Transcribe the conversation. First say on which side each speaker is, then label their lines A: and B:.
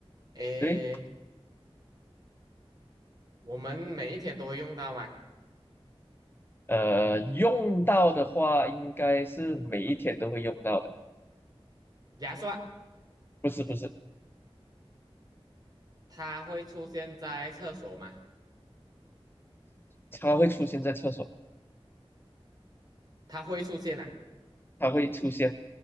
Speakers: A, on the right; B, on the left.
A: 诶，
B: 对，
A: 我们每一天都会用到嘛，
B: 呃，用到的话应该是每一天都会用到的，
A: 牙刷
B: 不是不是，
A: 它会出现在厕所吗？
B: 它会出现在厕所，
A: 它会出现啊。
B: 它会出现，